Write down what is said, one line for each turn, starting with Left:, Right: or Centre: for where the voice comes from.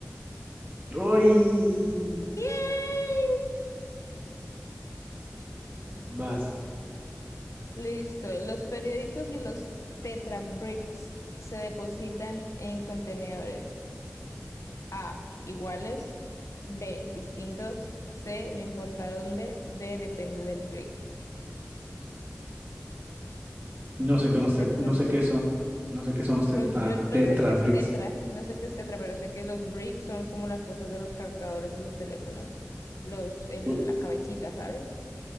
Right: ¡Uy!
Left: ¡Yay!
Right: Vas.
Left: Listo. Los periódicos y los Tetra Bricks se depositan en contenedores. A. Iguales. B. Distintos. C. No importa dónde. D. Depende del brick.
Right: No sé qué,
Left: Los
Right: los
Left: Tetra
Right: tet- no
Left: Brick.
Right: sé qué son. No sé qué son los teta-
Left: Pues yo
Right: tetra
Left: no sé qué es
Right: bricks.
Left: Tetra, no sé qué es Tetra, pero sé que los bricks son como las cosas de los cargadores de los teléfonos, los, el-
Right: Pu-
Left: la cabecita, ¿sabes?